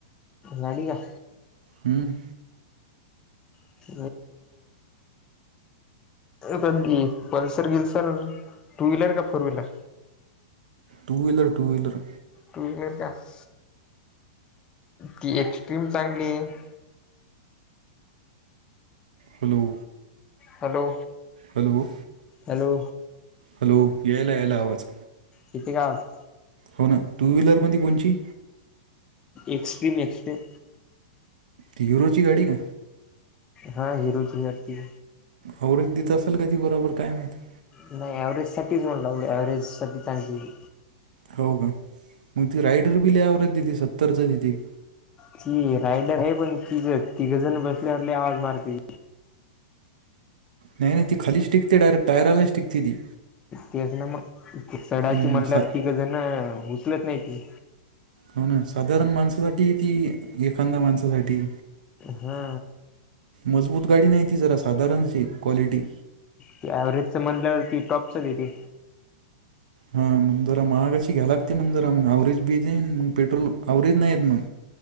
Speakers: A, on the left (about 20°); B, on the right (about 80°).
A: गाडी का?
B: हम्म.
A: <unintelligible> पण की पल्सर बिल्सर, टू व्हीलर, का four wheeler.
B: Two wheeler, two wheeler.
A: Two wheeler घास ती एक्स्ट्रीम चांगली आहे.
B: Hello?
A: Hello?
B: Hello?
A: Hello?
B: Hello यायला यायला आवाज.
A: तु कवा हास
B: हो ना टू व्हीलरमध्ये कोणची?
A: एक्स्ट्रीम एक्स्ट्रीम
B: ती हिरोची गाडी का?
A: हां हिरोची वाटती.
B: आवरेज देत असाल का ती बरोबर काय माहित?
A: नाही एव्हरेजसाठीच म्हणा लागलोय ॲव्हरेजसाठी चांगली आहे ही.
B: हो का मग ती रायडर बि लई अव्हरेज देती सत्तरच देती.
A: ती रायडर आहे पण तिघ तिघंजण बसल्यावर लई आवाज मारती.
B: नाही नाही ती खालीच टीकते डायरेक्ट टायराला टीकते ती.
A: तेच ना मग सडाची
B: हम्म
A: म्हटल्यावर
B: सा
A: तिघं जण न उचलत नाही ती.
B: हो ना साधारण माणसासाठी ती एखांदया माणसासाठी.
A: हा
B: मजबूत गाडी नाही ती जरा साधारणशी क्वालिटी
A: ती एव्हरेजचं म्हणल्यावर ती टॉपचं देते.
B: हां मंग जरा महागाशी घ्याय लागते मंग जरा मंग अवरेज बी येते मंग पेट्रोल अवरेज नाही येत मंग.